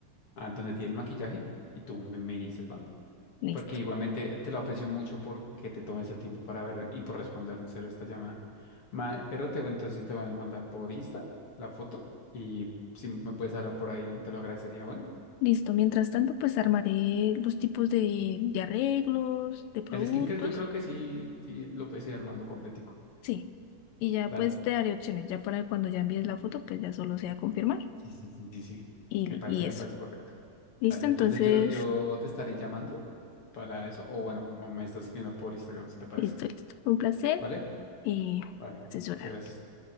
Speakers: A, on the left; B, on the left.
A: a donde tiene el maquillaje y tú me, me dices, ¿va?
B: Listo.
A: Porque igualmente te lo aprecio mucho porque te tomes el tiempo para ver y por responder en serio esta llamada. Ma- pero te, entonces te voy a mandar por Insta la foto y si me puedes hablar por ahí, te lo agradecería. Bueno,
B: Listo. Mientras tanto, pues armaré los tipos de, de arreglos, de productos.
A: el skincare yo creo que sí, sí lo puedes ir armando completico.
B: Sí. Y ya
A: Dale.
B: pues te daré opciones. Ya para cuando ya envíes la foto, pues ya solo sea confirmar
A: Sí, sí, sí, sí. sí.
B: y,
A: Me
B: li-
A: parece,
B: y
A: me
B: eso.
A: parece correcto.
B: Listo,
A: Dale, entonces
B: entonces,
A: yo, yo te estaré llamando para eso, o bueno, o me estás escribiendo por Instagram si te parece.
B: listo, listo. Un placer
A: ¿Vale?
B: y
A: Vale.
B: asesorarte.
A: Muchas gracias.